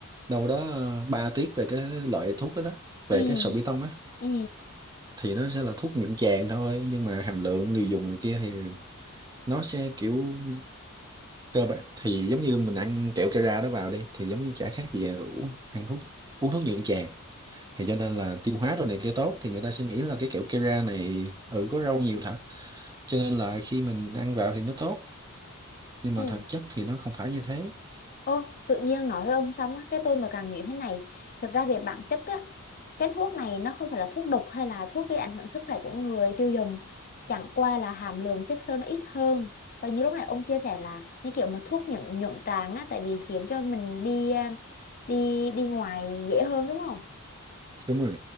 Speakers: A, on the right; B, on the left.
A: đâu đó ờ, 3 tiết về cái loại thuốc đó đó
B: ừ
A: về cái sorbitol á
B: ừ
A: thì nó sẽ là thuốc nhuận tràng thôi nhưng mà hàm lượng liều dùng này kia thì nó sẽ kiểu cơ bản thì giống như mình ăn kẹo Cara đó vào đi thì giống như chả khác gì là uống ăn thuốc uống thuốc nhuận tràng thì cho nên là tiêu hóa đồ này kia tốt thì người ta sẽ nghĩ là cái kẹo Kera này ừ có rau nhiều thật cho nên là khi mình ăn vào thì nó tốt nhưng
B: Ừ.
A: mà thực chất thì nó không phải như thế
B: Ô, tự nhiên nói với ông xong á, cái tôi mà càng nghĩ thế này, thật ra về bản chất á, cái thuốc này nó không phải là thuốc độc hay là thuốc gây ảnh hưởng sức khỏe của người tiêu dùng, chẳng qua là hàm lượng chất xơ nó ít hơn. Và như lúc này ông chia sẻ là như kiểu mà thuốc nhuận nhuận tràng á, tại vì khiến cho mình đi à, đi đi ngoài dễ hơn đúng không?
A: đúng rồi